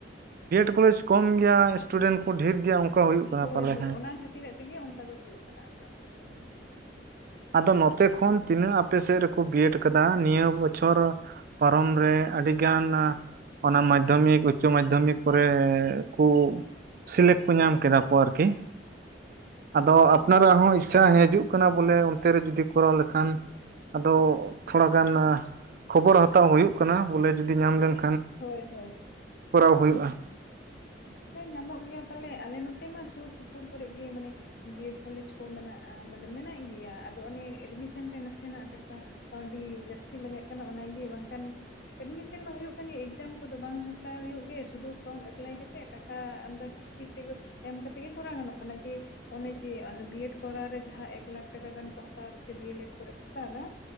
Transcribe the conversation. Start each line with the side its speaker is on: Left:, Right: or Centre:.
Right: ᱵᱤᱭᱮᱰ ᱠᱚᱞᱮᱡᱽ ᱠᱚᱢ ᱜᱮᱭᱟ, ᱤᱥᱴᱩᱰᱮᱱᱴ ᱠᱚ ᱰᱷᱮᱨ ᱜᱮᱭᱟ᱾ ᱚᱱᱠᱟ ᱦᱩᱭᱩᱜ ᱠᱟᱱᱟ
Left: ᱦᱳᱭ
Right: ᱯᱟᱞᱮ
Left: ᱦᱳᱭ
Right: ᱦᱮᱸ
Left: ᱚᱱᱟ ᱠᱷᱟᱹᱛᱤᱨᱟᱜ ᱛᱮᱜᱮ ᱚᱱᱠᱟ ᱫᱚ ᱦᱩᱭᱩᱜ ᱠᱟᱱᱟ ᱟᱯᱮ ᱚᱱᱛᱮ
Right: <inaudible>
Left: ᱫᱚ
Right: ᱟᱫᱚ ᱱᱚᱛᱮ ᱠᱷᱚᱱ ᱛᱤᱱᱟᱹᱜ ᱟᱯᱮ ᱥᱮᱫ ᱨᱮᱠᱚ ᱵᱤᱭᱮᱰ ᱠᱟᱫᱟ ᱱᱤᱭᱟᱹ ᱵᱚᱪᱷᱚᱨ ᱯᱟᱨᱚᱢ ᱨᱮ ᱟᱹᱰᱤ ᱜᱟᱱ ᱚᱱᱟ ᱢᱟᱫᱽᱫᱷᱚᱢᱤᱠ ᱩᱪᱪᱚ ᱢᱟᱫᱽᱫᱷᱚᱢᱤᱠ ᱠᱚᱨᱮ ᱠᱩ ᱥᱤᱞᱮᱠᱴ ᱠᱚ ᱧᱟᱢ ᱠᱮᱫᱟ ᱠᱚ ᱟᱨᱠᱤ᱾ ᱟᱫᱚ ᱟᱯᱱᱟᱨᱟᱜ
Left: ᱦᱳᱭ
Right: ᱦᱚᱸ ᱤᱪᱪᱷᱟ ᱦᱮᱸᱡᱩᱜ ᱠᱟᱱᱟ, ᱵᱚᱞᱮ ᱚᱱᱛᱮ ᱨᱮ ᱡᱚᱫᱤ ᱠᱚᱨᱟᱣ ᱞᱮᱠᱷᱟᱱ ᱟᱫᱚ ᱛᱷᱚᱲᱟ ᱜᱟᱱ ᱠᱷᱚᱵᱚᱨ ᱦᱟᱛᱟᱣ ᱦᱩᱭᱩᱜ ᱠᱟᱱᱟ᱾ ᱵᱚᱞᱮ ᱡᱩᱫᱤ ᱧᱟᱢ ᱞᱮᱱᱠᱷᱟᱱ
Left: ᱦᱳᱭ ᱦᱳᱭ
Right: ᱠᱚᱨᱟᱣ ᱦᱩᱭᱩᱜᱼᱟ᱾
Left: ᱦᱮᱸ ᱧᱟᱢᱚᱜ ᱜᱮᱭᱟ ᱯᱟᱞᱮ᱾ ᱟᱞᱮ ᱱᱚᱛᱮ ᱢᱟ ᱥᱩᱨ ᱥᱩᱯᱩᱨ ᱠᱚᱨᱮ ᱜᱮ ᱢᱟᱱᱮ ᱵᱤᱭᱮᱰ ᱠᱚᱞᱮᱡᱽ ᱠᱚ ᱢᱮᱱᱟᱜᱼᱟ᱾ ᱢᱟᱱᱮ ᱢᱮᱱᱟᱜ ᱜᱮᱭᱟ᱾ ᱟᱫᱚ ᱚᱱᱮ ᱮᱰᱢᱤᱥᱚᱱ ᱛᱮ ᱱᱟᱥᱮᱱᱟᱜ ᱴᱟᱠᱟ ᱠᱟᱹᱣᱰᱤ ᱡᱟᱹᱥᱛᱤ ᱞᱟᱜᱟᱜ ᱠᱟᱱᱟ᱾ ᱚᱱᱟ ᱜᱮ ᱵᱟᱝᱠᱷᱟᱱ ᱮᱰᱢᱤᱥᱮᱱ ᱢᱟ ᱦᱩᱭᱩᱜ ᱠᱟᱱ ᱜᱮ ᱮᱠᱡᱟᱢ ᱠᱚᱫᱚ ᱵᱟᱝ ᱦᱟᱛᱟᱣ ᱦᱩᱭᱩᱜ ᱜᱮ᱾ ᱥᱩᱫᱷᱩ ᱯᱷᱨᱚᱢ ᱮᱯᱞᱟᱭ ᱠᱟᱛᱮᱫ ᱴᱟᱠᱟ ᱠᱟ ᱚᱱᱠᱟ ᱠᱤᱥᱛᱤ ᱛᱮᱜᱮ ᱮᱢ ᱠᱟᱛᱮ ᱜᱮ ᱠᱚᱨᱟᱣ ᱜᱟᱱᱚᱜ ᱠᱟᱱᱟ ᱡᱮ ᱚᱱᱮ ᱡᱮ ᱚᱱᱮ ᱵᱤᱭᱮᱰ ᱠᱚᱨᱟᱣ ᱨᱮ ᱡᱟᱦᱟᱸ ᱮᱠ ᱞᱟᱠ ᱴᱮᱠᱟ ᱜᱟᱱ ᱠᱚ ᱦᱟᱛᱟᱣᱫ ᱥᱮ ᱰᱤᱭᱮᱹᱞᱮᱹᱰ ᱠᱚᱨᱮᱫ ᱠᱚ ᱦᱟᱛᱟᱣᱫᱟ᱾